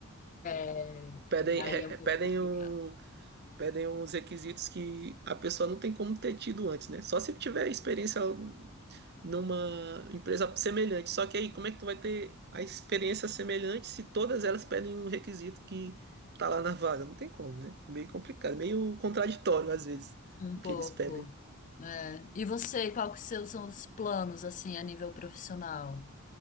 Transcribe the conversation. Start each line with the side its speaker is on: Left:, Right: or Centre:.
Left: é,
Right: pedem
Left: e aí
Right: é,
Left: é um
Right: é,
Left: pouco
Right: pedem
Left: complicado.
Right: um pedem uns requisitos que a pessoa não tem como ter tido antes, né? Só se tiver experiência numa empresa semelhante. Só que aí, como é que tu vai ter a experiência semelhante se todas elas pedem um requisito que tá lá na vaga? Não tem como, né? Meio complicado, meio contraditório às vezes
Left: Um
Right: o
Left: pouco.
Right: que eles pedem.
Left: é E você, qual que seus são os planos, assim, a nível profissional?